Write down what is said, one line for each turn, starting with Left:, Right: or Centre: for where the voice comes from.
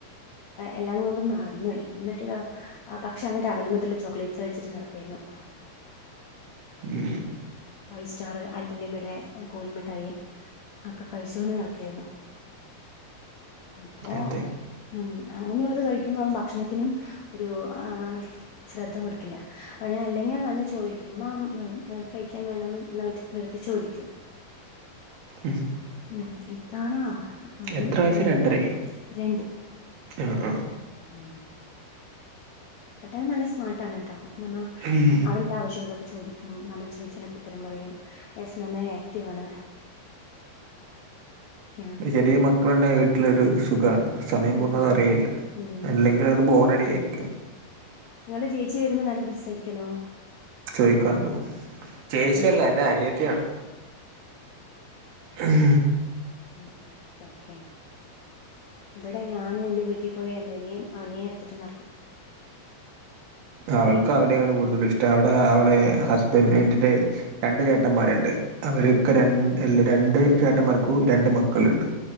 Left: എല്ലാം കൊണ്ടും മറന്നോയി എന്നിട്ട് പക്ഷെ അവൻ രാവിലെ മുതൽ ചോക്ലേറ്റ്സ് കഴിച്ചിട്ട് നടക്കായിരുന്നു ഉ
Right: ഉം
Left: ഫൈവ് സ്റ്റാർ ആൽപ്പലീബടെ കോലു മിട്ടായി ഒക്കെ കഴിച്ചുകൊണ്ട് നടക്കയിരുന്നു അപ്പോ
Right: അതെ
Left: ഉം അങ്ങനെയുള്ളത് കഴിക്കുമ്പോ ഭക്ഷണ ത്തിനും ഒരു ആ ശ്രദ്ധ കൊടുക്കില്ല അവനല്ലെങ്കിൽ വന്ന് ചോദിക്കുമ്പം കഴിക്കാൻ വേണം എന്ന് വെറുതെ ചോദിക്കും
Right: മം
Left: ഉ ഇതാണോ അവൻ
Right: എത്ര വയസ്സ്
Left: ഇങ്ങനെയിന്ന്
Right: രണ്ടരേ
Left: രണ്ട്
Right: ആ ആ
Left: ഉം പെട്ടവൻ നല്ല സ്മാർട്ടാണ് കേട്ടോ അല്ലമ്മ
Right: ഉം,
Left: അവന്റെ ആവശ്യങ്ങക്കൊക്കെ ചോദിക്കും ഉം നമ്മൾ ചോദിച്ചതിനൊക്കെ ഉത്തരം പറയും യേസ് നന്നായി ആക്റ്റീവ് ആണ് ഒക്കെയാണ്
Right: ഉ
Left: ഒക്കെയാണ്
Right: ചെറിയ മക്കളുണ്ടേൽ വീട്ടിലൊരു സുഖമാണ് സമയം
Left: അതെ
Right: പോകുന്നത് അറിയെയില്ല
Left: ഉം
Right: അല്ലെങ്കിൽ അവരു ബോറഡിയയിരിക്കും
Left: നിങ്ങളുടെ ചേച്ചി വരുമ്പോൾ നല്ല രസമായിരിക്കല്ലോ
Right: കൈക്കണ്ടു ചേച്ചിയല്ല
Left: ഉം
Right: എന്റെ അനിയത്തിയാണ് ഉം
Left: ഉ ഓക്കെ ഇവിടെ ഞാനും എന്റെ വീട്ടിൽ പോയ എന്റെനിയൻ അവനെയെ എടുത്തിട്ട് നടക്കും
Right: അവൾക്ക്
Left: ബൈക്കിൽ
Right: അവിടെയാണ്
Left: പോകും
Right: കൂടുതലും ഇഷ്ടം അവിടെ അവളെ പിന്നെ എന്റെ രണ്ട് ചേട്ടന്മാരുണ്ട് അവരൊക്കെ
Left: ഓ
Right: രണ്ടല്ല രണ്ട് രണ്ട് ചേട്ടന്മാർക്ക് രണ്ട് മക്കളുണ്ട്